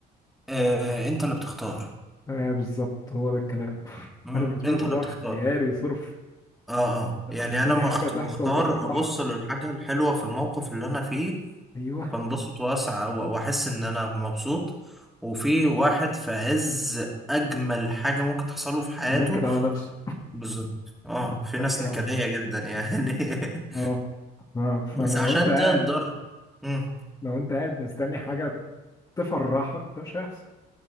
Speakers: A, in the centre; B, on the left (about 20°).
A: آه انت اللي بتختار
B: آه، بالظبط هو ده الكلام <laughs>
A: مم.
B: انا بالنسبه
A: انت
B: لي الموضوع
A: اللي بتختار
B: اختياري صرف
A: اه اه
B: أنت
A: يعني
B: لو مستني
A: انا مخت-
B: حاجه تحصل
A: بختار
B: تفرحك
A: ابص للحاجة الحلوة في الموقف اللي انا فيه
B: ايوه
A: فانبسط واسع واحس ان انا مبسوط وفي واحد في عز اجمل حاجه ممكن تحصله في حياته
B: ينكد على نفسه
A: بالظبط اه
B: <laughs>
A: في
B: ده
A: ناس
B: الكلام
A: نكديه جدا يعني <laughs>
B: اه ف- فانا
A: بس عشان
B: لو انت قاعد
A: تقدر امم
B: لو انت قاعد مستني حاجه تفرحك ده مش هيحصل